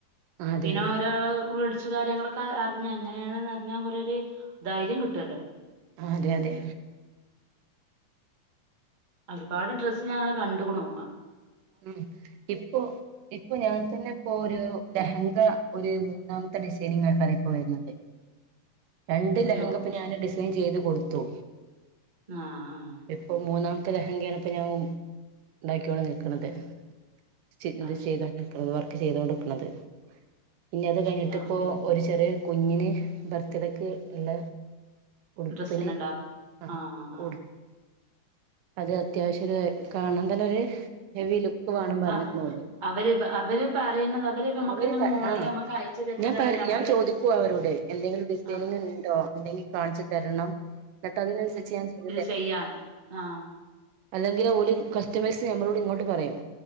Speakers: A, on the right; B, on the right.
A: ആഹ് അതെ
B: പിന്നെ
A: അതെ
B: ഒരാള് കുറച്ച്, കാര്യങ്ങളൊക്കെ അറിഞ്ഞ എങ്ങനെയാണെന്ന് അറിഞ്ഞാൽ കുറെ ഒരു ധൈര്യം കിട്ടല്ലോ
A: ആഹ് അതെ അതെ
B: ഒരുപാട് ഡ്രസ്സ് ഞാനങ്ങനെ കണ്ടു കുണു
A: ഉം, ഇപ്പൊ, ഇപ്പൊ ഞാൻ തന്നെ ഇപ്പോ ഒരു ലഹങ്ക ഒരു മൂന്നാമത്തെ ഡിസൈനിങ്ങ് ആൾക്കാരാ ഇപ്പോ വരുന്നത്. രണ്ട്
B: അയ്യോ
A: ലഹങ്ക ഇപ്പൊ ഞാന്
B: ശരി
A: ഡിസൈൻ ചെയ്ത് കൊടുത്തു.
B: ആഹ് ആഹ്
A: ഇപ്പൊ മൂന്നാം അ ലഹങ്കാണ് ഇപ്പോ ഞാൻ ഉണ്ടാക്കിക്കോണ്ട് നിൽക്കണത്. <unintelligible>
B: അത്
A: ചെയ്ത്
B: ശരി
A: കൊടുക്കണത് പിന്നെ അത് കഴിഞ്ഞിട്ട്
B: ശരി ആഹ്
A: ഇപ്പോ ഒരു ചെറിയ കുഞ്ഞിന് ബർത്ത്ഡേക്ക് ഉള്ള ഉടുപ്പിന്
B: ഡ്രസ്സിനുണ്ടോ
A: ആ
B: ആഹ് ആഹ്
A: ഉ അത് അത്യാവശ്യം ഒരു കാണൻ തന്നെ ഒരു ഹെവി വേണം പറഞ്ഞ്ക്ക്ണ്
B: ആഹ്
A: ഓര്
B: അവര് അവര് പറയുന്നത് നമുക്ക്
A: അവര്
B: അങ്ങനെ
A: പറ
B: മോഡൽ
A: ആഹ്
B: നമ്മുക്ക് അയച്ചു തരുന്നത്
A: ഞാൻ പറ
B: അത് ഞമ്മള്
A: ഞാൻ ചോദിക്കുവ അവരോട് എന്തെങ്കിലും ഡിസൈനിങ്
B: ആ
A: ഇണ്ടോ ഇണ്ടെങ്കിൽ കാണിച്ചു തരണം എന്നിട്ട് അതിനനുസരിച്ച് ഞാൻ ചെയ്
B: ചെയ്യാൻ ആഹ്.
A: അല്ലെങ്കിൽ ഓലി കസ്റ്റമേഴ്സ് മ്മളോട് ഇങ്ങോട്ട് പറയും.